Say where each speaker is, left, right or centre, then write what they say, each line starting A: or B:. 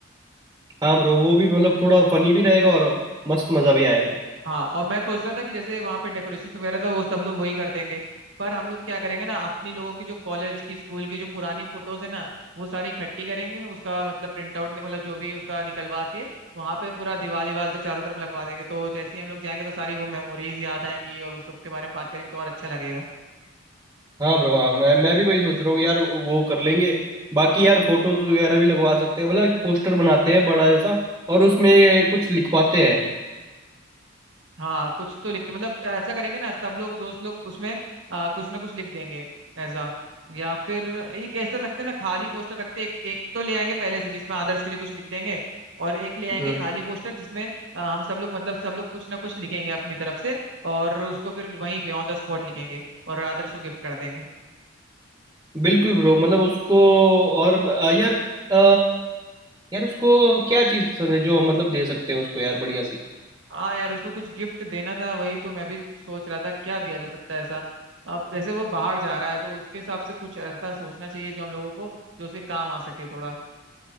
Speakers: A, on the right (about 15°); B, on the right (about 65°).
A: हाँ ब्रो वो भी मतलब थोड़ा फनी भी रहेगा और मस्त मज़ा भी आएगा
B: हाँ और मैं सोच रहा था कि जैसे वहां पे डेकोरेशन वगैरह था वो सब लोग वही कर देंगे पर हम लोग क्या करेंगे ना अपनी लोगों की जो कॉलेज की स्कूल की जो पुरानी फोटोज है ना वो सारी इकट्ठी करेंगे उसका मतलब प्रिंट आउट मतलब जो भी उसका निकलवा के वहां पे पूरा दीवार दीवार पे चारों तरफ लगवा देंगे तो जैसे ही हम लोग जाएंगे तो सारी वो मेमोरीज याद आएंगी और उस सब के बारे में बात करेंगे तो और अच्छा लगेगा
A: हाँ ब्रो हाँ मैं मैं भी वही सोच रहा हूँ यार वो कर लेंगे बाकी यार फोटोज वगैरह भी लगवा सकते हैं मतलब एक पोस्टर बनाते हैं बड़ा जैसा और उसमें ये कुछ लिखवाते हैं
B: हाँ कुछ तो लिख दो, मतलब ऐसा करेंगे ना सब लोग दोस्त लोग उसमें आ, कुछ ना कुछ लिख देंगे ऐसा या फिर एक ऐसा लगता है ना खाली पोस्टर रखते एक एक तो ले आएंगे पहले से जिसमें आदर्श के लिए कुछ लिख देंगे और एक ले आएंगे
A: हम्म
B: खाली पोस्टर जिसमें आ, हम सब लोग मतलब सब लोग कुछ ना कुछ लिखेंगे अपनी तरफ से और उसको फिर वहीं पे ऑन द स्पॉट लिखेंगे और आदर्श को गिफ्ट कर देंगे
A: बिल्कुल ब्रो मतलब उसको और अ, यार अ, यार उसको क्या चीज़ पसंद है जो हम मतलब दे सकते हैं उसको यार बढ़िया सी
B: हाँ यार उसको कुछ गिफ्ट देना था वही तो मैं भी सोच रहा था क्या दिया जा सकता है ऐसा अब जैसे वो बाहर जा रहा है तो उसके हिसाब से कुछ ऐसा सोचना चाहिए जो हम लोगों को जो उसके काम आ सके थोड़ा